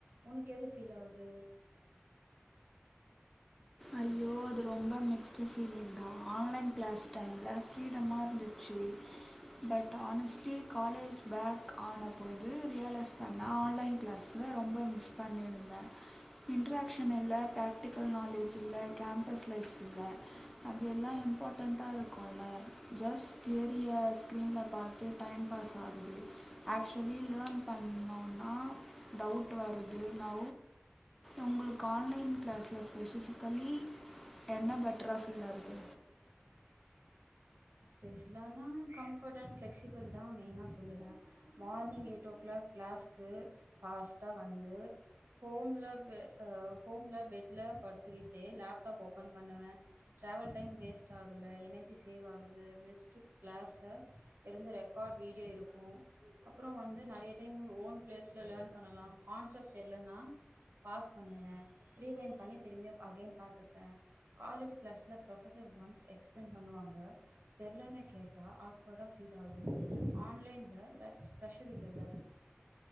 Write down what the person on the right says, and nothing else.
ஒனக்கு எது ஃபீல் ஆகுது
பேசலானா கம்ஃபட் அன்ட் ஃபிளெக்ஸிபிள் தா மெய்னா சொல்லுவே மார்னிங் எயிட் ஓ கிளாக் கிளாஸ்க்கு ஃபாஸ்ட்டா வந்து ஹோம்ல்ல ஹோம்ல்ல பெட்ல்ல படுத்துக்கிட்டு லேப்டாப் ஓப்பன் பண்ணுவே ட்ராவல் டைம் வேஸ்ட்டு ஆகல எனர்ஜி சேவ் ஆக து மிஸ்ட்டு கிளாஸ இருந்து ரெக்காட் வீடியோ இருக்கு அப்பறோ வந்து நெறய டைம் வந்து ஓன் பிளேஸ்ல லேன் பண்ணலா கான்செப்ட் தெரியலன்னா பாஸ் பண்ணுவே ரீவைன் பண்ணி திரும்பிய அகைன் பாத்துப்பே காலேஜ் கிளாஸ்ல ப்ரொபசர் ஒன்ஸ் எக்ஸ்பிளைன் பண்ணுவாங்க தெரியலன்னு கேட்டா ஆக்வர்டா ஃபீல் ஆகுது ஆன்லைன்ல தட்ஸ் ப்ரஷர் இல்லேல